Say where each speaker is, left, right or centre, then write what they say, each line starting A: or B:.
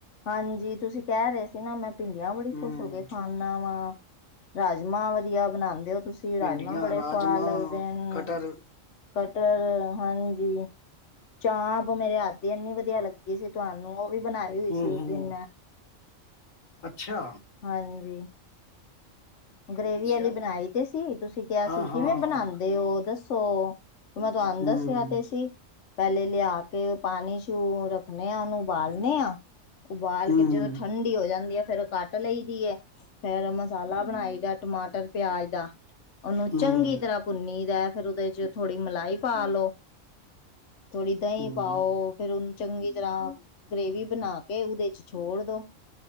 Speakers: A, on the left (about 65°); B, on the left (about 80°).
A: ਹਾਂਜੀ ਤੁਸੀਂ ਕਹਿ ਰਹੇ ਸੀ, ਨਾ ਮੈਂ ਭਿੰਡੀਆਂ ਬੜੀ
B: ਹੂੰ
A: ਖੁਸ਼ ਹੋ ਕੇ ਖਾਣ ਖਾਦਾਂ ਰਾਜਮਾਂ ਵਧੀਆ ਬਣਾਦੇ ਹੋ ਤੁਸੀਂ, ਅ ਰਾਜਮਾਂ
B: ਭਿੰਡੀਆਂ
A: ਬੜੇ
B: ਰਾਜਮਾਂ
A: ਸਵਾਦ ਲੱਗਦੇ ਨੇ
B: ਕਟਰ
A: ਕਟਹਲ ਹਾਂਜੀ, ਚਾਂਪ ਮੇਰੇ ਹੱਥ ਦੀ ਇੰਨੀ ਵਧੀਆ ਲੱਗਦੀ ਸੀ ਤੁਹਾਨੂੰ, ਉਹ ਵੀ ਬਣਾਈ ਹੋਈ
B: ਹੂੰ
A: ਸੀ।
B: ਹੂੰ
A: <inaudible>
B: ਅੱਛਾ,
A: ਹਾਂਜੀ, ਗ੍ਰੇਵੀ
B: ਅੱਛਾ
A: ਵਾਲੀ ਬਣਾਈ ਤੇ ਸੀ ਤੁਸੀਂ ਕਿਹਾ
B: ਹਾਂ
A: ਸੀ
B: ਹਾਂ
A: ਕਿਵੇਂ ਬਣਾਉਂਦੇ ਹੋ ਦੱਸੋ। ਮੈਂ ਤੁਹਾਨੂੰ
B: ਹੂੰ
A: ਦੱਸਿਆ ਤੇ ਸੀ। ਪਹਿਲੇ ਲਿਆ ਕੇ ਪਾਣੀ ਚ ਰੱਖਣੇ ਆ, ਉਹਨੂੰ ਉਬਾਲਣੇ ਆ। ਉਬਾਲ
B: ਹੂੰ
A: ਕੇ ਜਦੋਂ ਠੰਡੀ ਹੋ ਜਾਂਦੀ ਹੈ, ਫੇਰ ਉਹ ਕੱਟ ਲਈ ਦੀ ਹੈ ਫੇਰ ਮਸਾਲਾ ਬਣਾਈ ਦਾ ਟਮਾਟਰ, ਪਿਆਜ ਦਾ, ਉਹਨੂੰ
B: ਹੂੰ
A: ਚੰਗੀ ਤਰ੍ਹਾਂ ਭੁੰਨੀ ਦਾ ਫੇਰ ਉਹਦੇ ਚ ਥੋੜ੍ਹੀ ਮਲਾਈ ਪਾਲੋੋ। ਥੋੜ੍ਹੀ ਦਹੀਂ
B: ਹੂੰ
A: ਪਾਓ ਫਿਰ, ਚੰਗੀ ਤਰ੍ਹਾਂ ਗਰੇੇਵੀ ਬਣਾ ਕੇ ਉਹਦੇ ਚ ਛੋੜ ਦੋ,